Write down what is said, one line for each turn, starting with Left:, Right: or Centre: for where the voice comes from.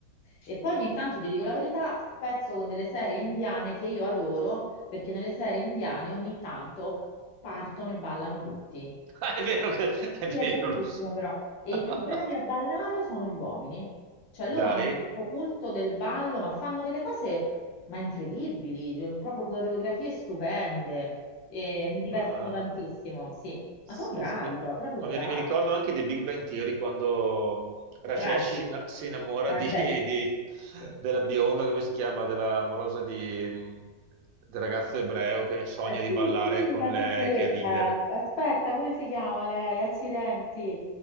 Left: E poi ogni tanto, ti dico la verità, spezzo con delle serie indiane che io adoro, perché nelle serie indiane ogni tanto partono e ballano tutti.
Right: Ah,
Left: E
Right: è vero
Left: si
Right: che
Left: fa-
Right: è
Left: sì,
Right: vero,
Left: è bellissimo
Right: lo so.
Left: però. E
Right: <laughs>
Left: i più bravi a ballare sono gli uomini. Cioè loro
Right: Dai,
Left: hanno questo culto del ballo, ma fanno delle cose ma incredibili, eh, proprio coreografie stupende. E mi divertono
Right: ma
Left: tantissimo, sì.
Right: Sì,
Left: Ma sono bravi
Right: sì, mi,
Left: poi, proprio
Right: ma
Left: bravi.
Right: mi, mi ricordo anche di Big Bang Theory quando Rajesh
Left: Raggi,
Right: si inna- si innamora
Left: Rajesh.
Right: di, <laughs> di-
Left: Sì.
Right: della bionda, come si chiama, della morosa di, del ragazzo ebreo che sogna
Left: Eh,
Right: di
Left: sì,
Right: ballare
Left: sì,
Right: con
Left: la piccoletta.
Right: lei, che ridere.
Left: Aspetta, come si chiama lei? Accidenti.